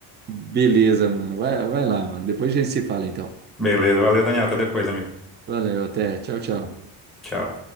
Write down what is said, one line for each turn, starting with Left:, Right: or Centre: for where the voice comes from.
Right: Beleza, mano. Vai, vai lá, mano. Depois a gente se fala, então.
Centre: Beleza, valeu, Daniel. Até depois, amigo.
Right: Valeu, até. Tchau, tchau.
Centre: Tchau.